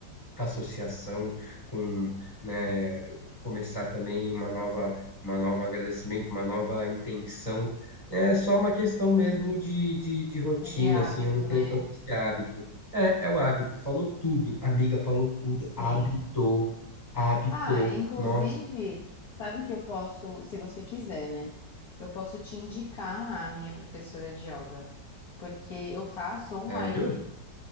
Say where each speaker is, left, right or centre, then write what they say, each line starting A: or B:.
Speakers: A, on the left (about 20°); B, on the left (about 55°).
A: associação com, né, começar também uma nova, uma nova agradecimento, uma nova intenção. É só uma questão mesmo de, de, de rotina,
B: De hábito,
A: assim, eu não tenho
B: né?
A: tanto esse hábito. É, é o hábito, falou tudo, amiga, falou tudo,
B: Sim.
A: hábito, hábito.
B: Ah, inclusive,
A: Nossa,
B: sabe que eu posso, se você quiser, né? Eu posso te indicar a minha professora de yoga, porque eu faço online.
A: sério?